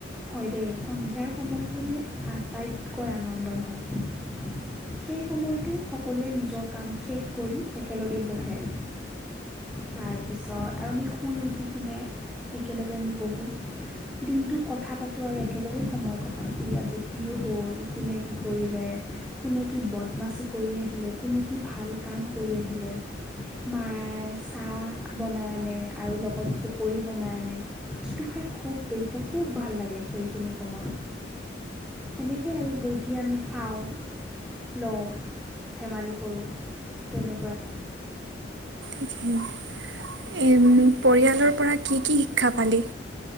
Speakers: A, in the centre; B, on the right.
A: হয় দেই, সন্ধিয়াৰ সময়খিনি আটাইতকৈ আনন্দৰ হয়। সেই সময়টো সকলোৱে নিজৰ কাম শেষ কৰি একেলগে বহে। তাৰপিছত আৰু আমি শুই উঠি কিনে একেলগে আমি বহোঁ। দিনটো কথা পাতোঁ আৰু একেলগে সময় কটাও, কি আজি কি হ'ল কোনে কি কৰিলে। কোনে কি বদমাচি কৰি আহিলে, কোনে কি ভাল কাম কৰি আহিলে। মায়ে চাহ বনাই আনে আৰু লগত পকৰী বনাই আনে। যিটো খাই খুববে বহুত ভাল লাগে সেইখিনি সময়। এনেকে আৰু বহি আমি খাওঁ। লওঁ ধেমালি কৰোঁ তেনেকুৱাকে।
B: উম, এ পৰিয়ালৰ পৰা কি কি শিক্ষা পালি?